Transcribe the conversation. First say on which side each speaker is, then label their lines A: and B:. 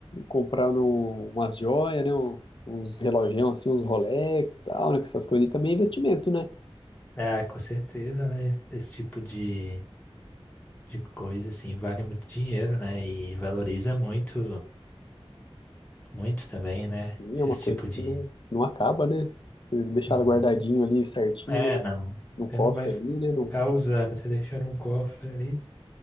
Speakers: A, on the left; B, on the left.
A: comprar um, umas joias, né? um- uns relogião, assim, uns Rolex e tal, né? Que essas coisas aí também é investimento, né?
B: É, com certeza, né? Esse esse tipo de, de coisa, assim, vale muito dinheiro, né? E valoriza muito, muito também, né?
A: sim é uma
B: Esse
A: coisa
B: tipo de...
A: que não, não acaba, né? Se deixar
B: Uhum.
A: ela guardadinho ali certinho,
B: É,
A: né?
B: não.
A: Num
B: Você
A: cofre
B: não vai ficar
A: ali, né? Num,
B: usando, você deixa num cofre ali,